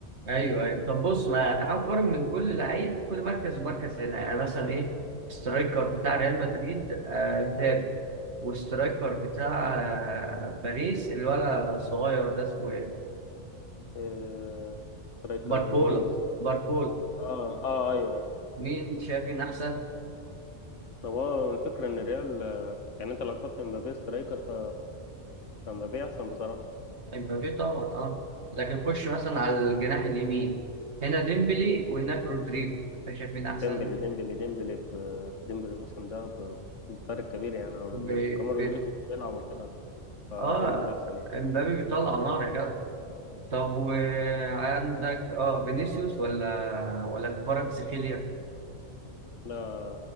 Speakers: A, on the right (about 65°); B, on the left (about 85°).
A: ايوه ايوه طب بص ما تعال نقارن من كل لعيب كل مركز مركز هنا يعني مثلا ايه سترايكر بتاع ريال مدريد آه مبابي وسترايكر بتاع آه باريس الولد الصغير ده اسمه ايه
B: إيه... سترايكر
A: باركولا
B: باريس
A: باركولا
B: اه اه ايوه ايوه
A: مين شايف مين احسن
B: طب هو الفكره ان الريال يعني انت لو تحط مبابي سترايكر ف- فمبابي احسن بصراحه
A: امبابي طبعا اه لكن خش مثلا على الجناح اليمين هنا ديمبلي وهناك رودريجو انت شايف مين احسن
B: ديمبلي ديمبلي ديمبلي ب- ديمبلي الموسم ده ب- بفرق كبير يعني عن رودريجو
A: ب...
B: كمان رودريجو
A: ب...
B: مش بيلعب وكده فديمبلي
A: اه
B: أحسن يعني
A: امبابي بيطلع نار يا جدع طب وعندك اه فينيسيوس ولا ولا كفارة سخيليا
B: لا